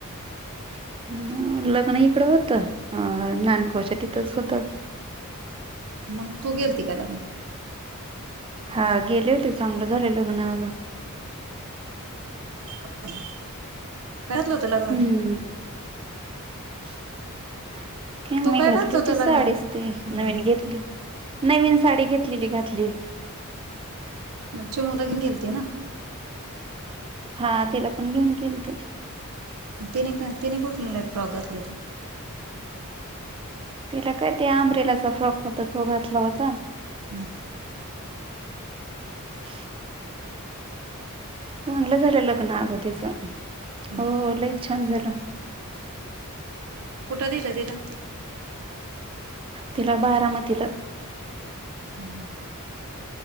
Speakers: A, on the right; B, on the right.
A: <unintelligible> अ लग्न इकडं होतं अ नानगांवच्या तिथंच होत.
B: मंग तू गेलती का लग्नाला?
A: हा गेले होते चांगलं झाले लग्न अग
B: <unintelligible> काय घातलं होतं लग्नान
A: हम्म <unintelligible>
B: तू
A: मी
B: काय
A: घातली
B: घातलं
A: होती
B: होतं
A: साडीच
B: लग्नात
A: ती
B: हम्म
A: नवीन घेतली नवीन साडी घेत लेली घातली.
B: म चिमूला घेऊन गेलती ना.
A: हा तिला पण घेऊन गेलते.
B: म तिने का तिने कुठलं फ्रॉक घातले होते.
A: तिला काय ते आंब्रिलाचा फ्रॉक होता तो घातला होता.
B: हम्म
A: <inaudible> चांगलं झालं लग्न अग तिच हो
B: हम्म
A: लई छान झालं.
B: कुठं दिलं तिला
A: तिला बारामतीला.
B: हम्म